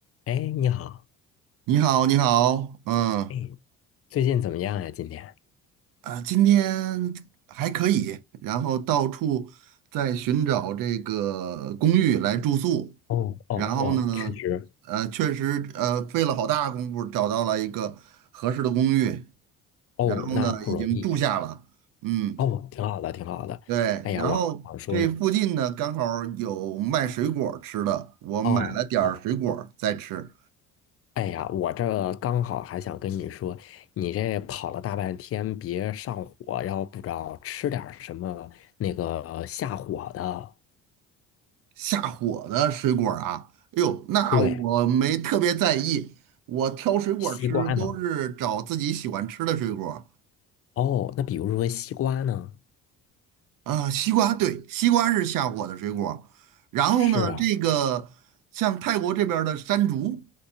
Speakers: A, on the left (about 40°); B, on the right (about 65°).
A: 哎，你好，
B: 你好，你好，嗯，
A: 哎，最近怎么样呀？今天？
B: 啊，今天还可以，然后到处在寻找这个公寓来住宿，
A: 哦哦哦，
B: 然后呢，
A: 确实，
B: 呃，确实，呃，费了好大功夫找到了一个合适的公寓，
A: 哦，
B: 然后呢，
A: 那不容易，
B: 已经住下了，嗯，
A: 哦，挺好的，挺好的。
B: 对，
A: 哎呀，
B: 然后这附近呢刚好有卖水果儿吃的，
A: 我 <laughs> 想说呢，
B: 我买了点儿水果儿在吃，
A: 哦哦，哎呀，我这刚好还想跟你说，你这跑了大半天，别上火，要不着吃点儿什么那个下火的。
B: 下火的水果儿啊，哎呦，那我没特别在意，
A: 对，
B: 我挑水果儿吃都是找自己喜欢吃的水果儿
A: 西瓜呢？哦，那比如说西瓜呢？
B: 啊，西瓜，对，西瓜是下火的水果儿然后呢，
A: 是啊，
B: 这个像泰国这边儿的山竹